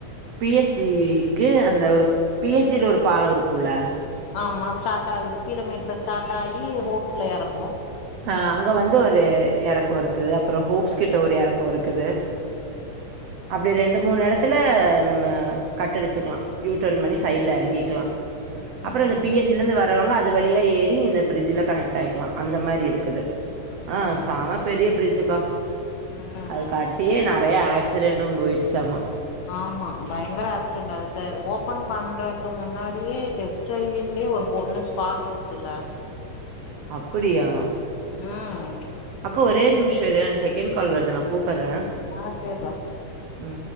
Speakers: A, on the right; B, on the left.
A: பி எஸ் ஜி க்கு அந்த ஒரு பி எஸ் ஜி ல ஒரு பாலோ இருக்கும்ல
B: ஆமா ஸ்டார்ட் ஆகுது கீழ மேட்ல ஸ்டார்ட் ஆகி ஹோப்ஸ்ல எறங்கு
A: ஆ அங்க வந்து ஒரு எறக்கோருக் கு அப்றோ ஹோப்ஸ் கிட்ட ஒரு எறக்கோ இருக்குது அப்டி ரெண்டு மூணு எடத் துல நம்ம கட்டடுச்சுக்கலா யூடர்ன் பண்ணி சைட்ல எறங்கிக்கலா
B: ம்
A: அப்றோ அந்த பி எஸ் ஜி ல இருந்து வரவங்க அது வழியா ஏறி இந்த பிரிட்ஜல கனெக்ட் ஆயிக்கலாம் அந்த மாரி இரு க்குது
B: ம்
A: ஆனா
B: ம்
A: <unintelligible> பெரிய பிரிட்ஜக்கா
B: ம்
A: அத க
B: ம்
A: ட்டியே நெறைய ஆக்சிடென்டு போய்டுச்சாம்மா
B: ஆமா பயங்கர ஆக்சிடென்ட் அதுக்கு ஓபன் பண்றதுக்கு முன்னாடியே டெஸ்ட் ட்ரைவிங்லயே ஒரு பொண்ணு ஸ்பாட் அவுட்டுல
A: அப்டியா
B: உம்
A: அக்கா ஒரே ஒரு நிமிஷம் இரே எனக்கு செகண்ட் கால் வருது நான் கூப்பட்றே
B: ஆ சேர்ரா
A: உம்